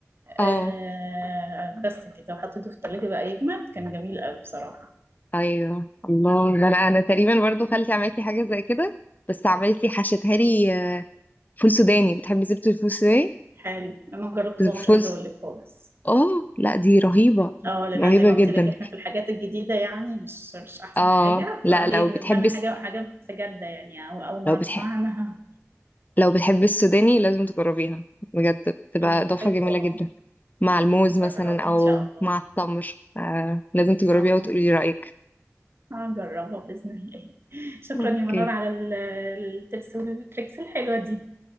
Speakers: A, on the right; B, on the left.
A: آه،
B: اه
A: بس كده وحطيته في التلاجة بقى يجمد كان جميل قوي بصراحة
B: ايوه الله ده انا انا تقريبا برضو خالتي عملت لي حاجه زي كده بس عملت لي حشتها لي آه، فول سوداني بتحبي زبده الفول السوداني
A: حلو انا ما جربتهوش
B: فول
A: عايزة
B: س-
A: اقول لك خالص
B: اه لا دي رهيبه
A: اه لان
B: رهيبه
A: زي ما
B: جدا
A: قلت لك احنا في الحاجات الجديده يعني مش مش احسن
B: اه
A: حاجه
B: لا
A: فهي
B: لو
A: بالنسبه
B: بتحبي
A: لنا
B: الس-
A: حاجه حاجه مستجده يعني أو اول مره
B: لو بتحب
A: نسمعها عنها
B: لو بتحبي السوداني لازم تجربيها بجد بتبقى
A: انا
B: اضافه
A: بحبه
B: جميله جدا
A: اه
B: مع الموز مثلا
A: هجربها
B: او
A: ان شاء الله
B: مع التمر آه لازم تجربيها
A: اه
B: وتقولي رايك
A: هجربها باذن الله <laughs> شكرا
B: اوكي
A: يا منور على ال- التبس والتريكس الحلوه دي